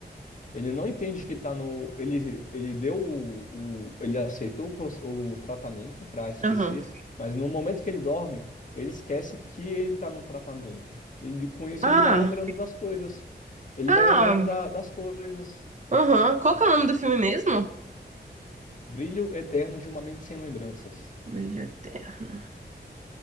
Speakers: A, on the left (about 45°); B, on the right (about 45°).
A: ele não entende que está no. Ele, ele deu o, o- Ele aceitou o, proce- o tratamento para esquecer,
B: Aham.
A: mas no momento que ele dorme, ele esquece que ele está no tratamento. E com isso
B: Ah,
A: ele vai lembrando das coisas. Ele
B: ah,
A: vai lembrando da- das coisas.
B: Aham. Qual que é o nome do filme mesmo?
A: Brilho eterno de uma mente sem lembranças.
B: Brilho Eterno.